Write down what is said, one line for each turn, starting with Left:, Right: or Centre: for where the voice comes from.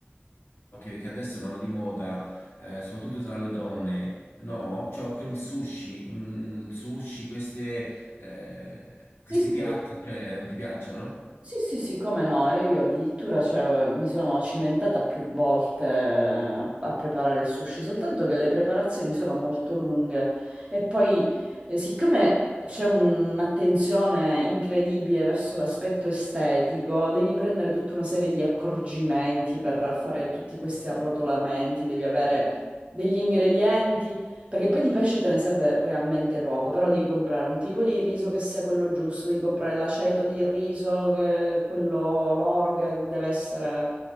Left: che, che adesso vanno di moda, eh, soprattutto tra le donne, no? Cioè, quindi sushi, mm, sushi, queste, eh, questi
Right: Sì, sì.
Left: piatti, cioè, non ti piacciono?
Right: Sì, sì, sì, come no, e io addirittura cioè, mi sono cimentata più volte eh, a preparare il sushi, soltanto che le preparazioni sono molto lunghe e poi eh, siccome c'è un'attenzione incredibile verso l'aspetto estetico, devi prendere tutta una serie di accorgimenti per fare tutti questi arrotolamenti, devi avere degli ingredienti perché poi di pesce te ne serve realmente poco, però devi comprare un tipo di riso che sia quello giusto, devi comprare l'aceto di riso, che- quello l'oro che deve essere,